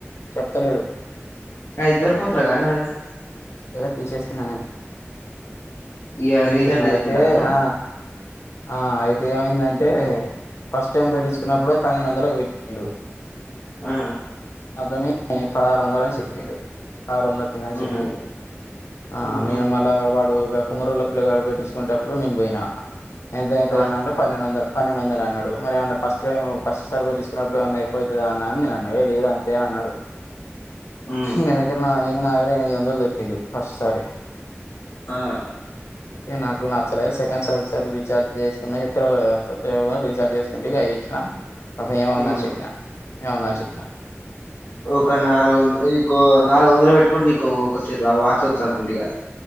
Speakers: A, on the left; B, on the left.
A: చెప్తలేడు
B: కా ఇద్దరుపోతుగా నాక్ అన్నసి
A: ఏద తీసేసుకున్నా నే
B: ఇగ
A: తీసేసిన
B: రీఛార్జ్ చేసుకుంటావా
A: అయితే
B: నువ్వు
A: ఆ ఆ అయితే ఏమైందంటే ఫస్ట్ టైం పెట్టించకున్నప్పుడు
B: ఉమ్
A: తనను అందరికీ పెట్టిండు
B: ఆ
A: నాతోనే పదహారు వందల అన్ని చెప్పిండు కార్ వందద అని
B: ఉమ్
A: చెప్పిండు
B: అయి
A: ఆ
B: ఆహా
A: నేను మళ్ళా వాడు కొమ్మరోళ్ల పిల్లగాడ పెట్టికుంటప్పుడు నేను పోయి ఎంత ఎంతనా
B: ఆ
A: అంటే పన్నెండు వందలు పన్నెండు వందలు అన్నాడు మరి ఏమన్నా ఫస్ట్ ఫస్ట్ సర్వే తీసుకున్నప్పుడు ఏమన్నా ఎక్కువవుతా అని నన్నా ఏ లేదు అంతే అని అన్నాడు
B: ఉమ్
A: ఈయన దగ్గర నా ఈయన నాగర ఎనిమిది వందలు దొబ్బిండు ఫస్ట్ సారి
B: ఆ
A: ఏ నాకు నచ్చలేదు సెకండ్ రీచార్జ్ చేసుకు తెలియలేదుడు రీఛార్జ్ చేసుకుంటే అ ఇచ్చిన అత ఏమ ఉంద
B: ఉమ్
A: అని చెప్పినా ఏమవుంద అని చెప్పినా
B: ఒక నాలుగు వందలు ఎక్కువ నాలుగు వందలు పెట్టుకుడి నీకు ఒకస ఆ బాక్స్ వచ్చానుకుంట ఇగా